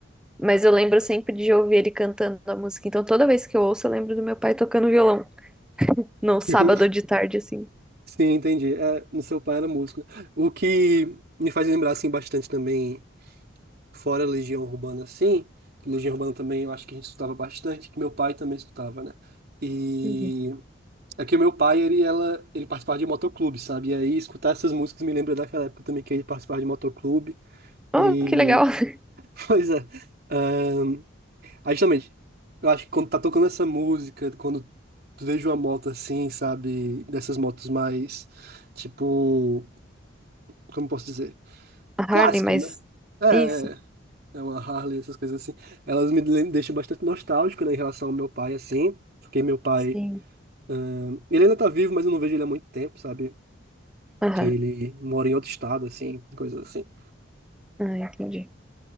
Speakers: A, in the centre; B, on the right.
A: Mas eu lembro sempre de ouvir ele cantando a música. Então toda vez que eu ouço, eu lembro do meu pai tocando violão. No sábado
B: <laughs>
A: de tarde, assim.
B: Sim, entendi. É, no seu pai era músico. né? O que me faz lembrar assim bastante também, fora Legião Urbana, assim, que Legião Urbana também eu acho que a gente escutava bastante, que meu pai também escutava, né? E
A: Uhum.
B: é que o meu pai, ele, ela, ele participava de motoclube, sabe? E aí escutar essas músicas me lembra daquela época também que ele participava de motoclube.
A: Oh,
B: E,
A: que legal. <laughs>
B: <laughs> pois é. ahn, aí justamente, eu acho que quando tá tocando essa música, quando tu vejo uma moto assim, sabe? Dessas motos mais, tipo. como posso dizer?
A: A Harley,
B: Clássica,
A: mas.
B: né? É,
A: Isso.
B: é é uma Harley, essas coisas assim. Elas me lem- deixam bastante nostálgico, né, em relação ao meu pai, assim. Porque meu pai,
A: Sim.
B: ahn, ele ainda tá vivo, mas eu não vejo ele há muito tempo, sabe?
A: Aham.
B: Que ele mora em outro estado, assim, coisas assim.
A: Ah, entendi.